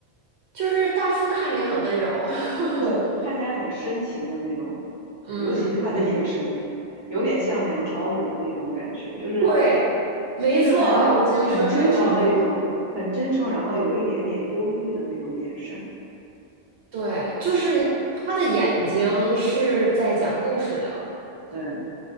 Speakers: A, on the right; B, on the right.
A: 就是大叔看着也很温柔。<laughs>
B: 对，看起来很深情的那种，
A: 嗯嗯，
B: 尤其是他的眼神，有点像梁朝伟的那种感觉，就是
A: 对，没错啊，
B: 就是还是很真诚的一种，
A: 我觉得你说得很有道理。
B: 很真诚，然后有一点点忧郁的那种眼神。
A: 对，就是他的眼睛是在讲故事的。
B: 对，